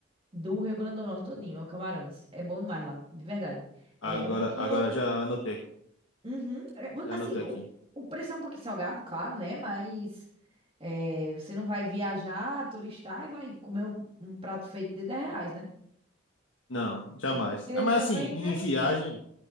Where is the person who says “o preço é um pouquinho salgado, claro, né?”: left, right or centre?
Right